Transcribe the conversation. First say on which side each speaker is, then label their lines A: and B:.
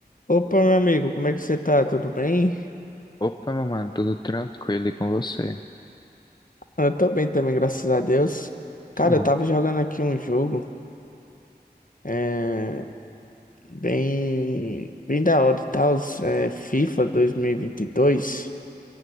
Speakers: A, on the left (about 50°); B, on the left (about 25°).
A: Opa, meu amigo, como é que você tá? Tudo bem?
B: Opa, meu mano, tudo tranquilo e com você?
A: Eu tô bem também, graças a Deus.
B: Que
A: Cara,
B: bom.
A: eu tava jogando aqui um jogo é, bem, bem da hora, tá? Os, é, FIFA 2022.